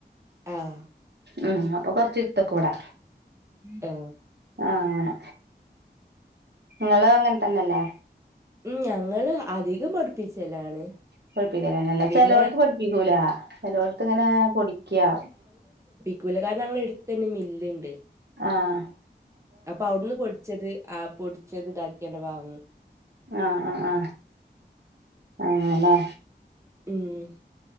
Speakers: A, on the right; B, on the right.
A: അഹ്
B: ആ അപ്പൊ കൊറച്ച്ട്ത്തെ ക്കുബടെ.
A: അ്ആ
B: അങ്ങനെ ങ്ങള് അങ്ങൻതന്നെല്ലേ.
A: ം, ഞങ്ങള് അധികം പൊടിപ്പിച്ചലാണ്.
B: പൊഠിപ്പിക്കലനല്ല
A: ആഹ് പിന്നെ
B: ചിലോടത്ത് പഠിപ്പിക്കൂല ചിലോടത്ത് ങ്ങനെ പൊടിക്യ.
A: കൂല കാരണം ഞങ്ങളെ എട്തന്നെ മില്ല്ണ്ട്.
B: ആഹ്
A: അപ്പൊ അവിടുന്ന് പൊടിച്ചത് ആ പൊടിച്ചത് താക്കിയതനെ വാങ്ങും.
B: ആ അആ, അങ്ങനെലെ.
A: ം